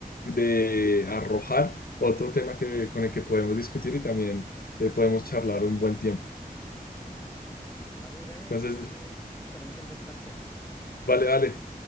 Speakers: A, on the left; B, on the left.
A: de arrojar otro tema que, con el que podemos discutir y también eh, podemos charlar un buen tiempo.
B: Vale, Brian,
A: Entonces,
B: entonces estaremos en contacto.
A: vale, vale.